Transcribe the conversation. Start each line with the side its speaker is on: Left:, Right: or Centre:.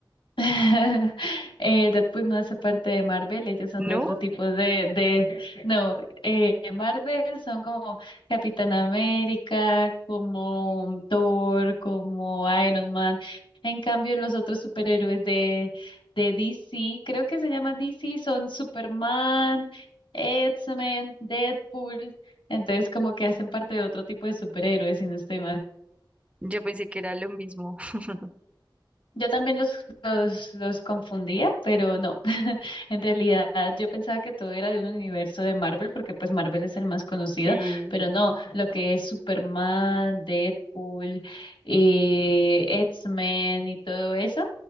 Left: <laughs> Eh, Deadpool no hace parte de Marvel, ellos son de
Right: ¿No?
Left: otro tipo de, de, no, eh, Marvel son como Capitán América, como Thor, como Iron Man. En cambio, los otros superhéroes de, de DC, creo que se llama DC, son Superman, X-Men, Deadpool. Entonces, como que hacen parte de otro tipo de superhéroes, si no estoy mal.
Right: Yo pensé que era lo mismo. <laughs>
Left: Yo también los, los, los confundía, pero no. <laughs> En realidad yo pensaba que todo era de un universo de Marvel, porque pues Marvel es el más conocido,
Right: Sí,
Left: pero no, lo que es Superman, Deadpool, eh, X-Men y todo eso,